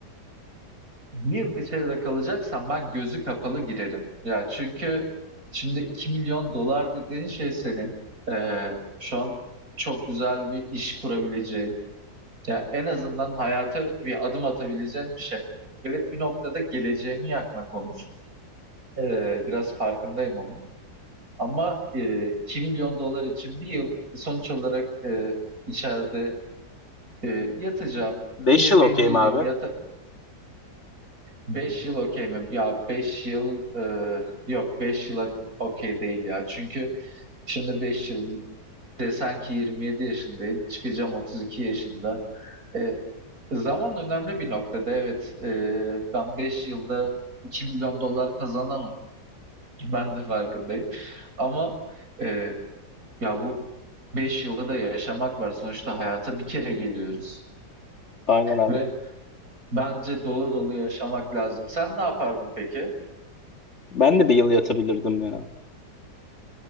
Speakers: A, on the right; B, on the left.
A: bir yıl içeride kalacaksam ben gözü kapalı girerim. Ya çünkü şimdi 2 milyon dolar dediğin şey senin eee, şu an çok güzel bir iş kurabileceğin, ya en azından hayata bir adım atabileceğin bir şey. Evet bir noktada geleceğimi yakmak olur. Eee, biraz farkındayım onun. Ama eee 2 milyon dolar için bir yıl sonuç olarak eee, içeride eee, yatacağım,
B: Beş
A: yemeğimi
B: yıl okeyim
A: yerim,
B: abi.
A: yata 5 yıl okey mi? Ya 5 yıl e, yok 5 yıla okey değil ya. Çünkü şimdi 5 yıl desen ki yirmi yedi yaşındayım çıkacağım 32 yaşında. E, zaman önemli bir noktada evet E, ben 5 yılda 2 milyon dolar kazanamam. Ben de farkındayım. Ama e, ya bu 5 yılda da yaşamak var. Sonuçta hayata bir kere geliyoruz
B: Aynen abi.
A: ve bence dolu dolu yaşamak lazım. Sen ne yapardın peki?
B: Ben de bir yıl yatabilirdim ya.